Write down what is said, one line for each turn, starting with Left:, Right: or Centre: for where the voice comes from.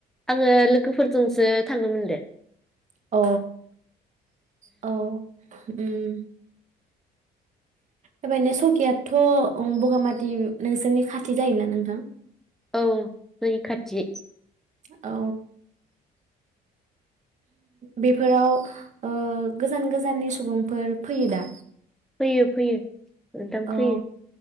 Centre: आङो लोगोफोरजोंसो थांनो मोनदों।
Right: अ औ। ओम बेबायनो सकेयाथ' बगामाथि नोंसोरनि खाथि जायोना नोंथां?
Centre: औ जोंनि खाथि।
Right: औ। बेफोराव अ गोजान गोजाननि सुबुंफोर फैयो दा?
Centre: फैयो फैयो। नोंथां
Right: औ
Centre: फैयो।